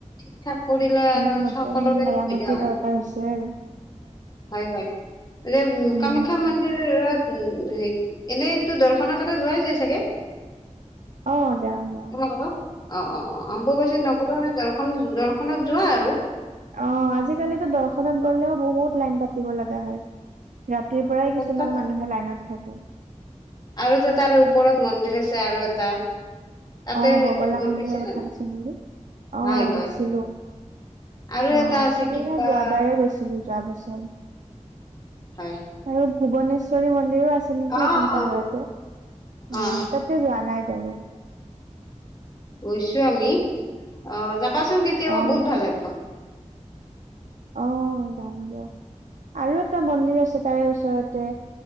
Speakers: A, on the left; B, on the right.
A: ঠিক ঠাক কৰিলে
B: অকমান
A: আৰু
B: নতুন
A: সকলোৰে
B: মেৰামতিৰ
A: সুবিধা হয়
B: দৰকাৰ হৈছে আৰু
A: হয় হয়। এ
B: উম
A: কামাখ্যা মন্দিৰ ৰত উ হে এনেইটো দৰ্শনৰ কাৰণে যোৱাইছে চাগে।
B: অ যাওঁ যাওঁ
A: তোমাৰলোকৰ অ অ অ অম্বুবাচিত নগলো নই দৰ্শ- দৰ্শনত যোৱা আৰু
B: অ আজিকালিতো দৰ্শনত গলেও বহুত লাইন পাতিব লগা হয়। ৰাতিৰ পৰাই কিছুমান
A: তাৰপিছত
B: মানুহে লাইনত থাকে।
A: আৰু যে তাৰ ওপৰত মন্দিৰ আছে আৰু এটা তাতে
B: অ বগলা
A: গৈ
B: মন্দিৰৰ
A: পাইছানে
B: কথা
A: নাই?
B: কৈছে নেকি অ
A: হয়
B: গৈছিলো
A: হয় আৰু
B: অ
A: এটা আছে
B: এয়া
A: কিবা
B: যোৱাবাৰে গৈছিলো যোৱা বছৰ
A: হয়
B: আৰু ভূৱনেশ্বৰী মন্দিৰো আছে নেকি
A: অ
B: সেখন পাহাৰতে
A: অ
B: অ
A: অ',
B: তাতে যোৱা নাই। বাৰু
A: গৈছো আমি অহ যাবাচোন কেতিয়াবা
B: অ
A: বহুত ভাল লাগিব।
B: অ যাম দিয়ক আৰু এটা মন্দিৰ আছে তাৰে ওচৰতে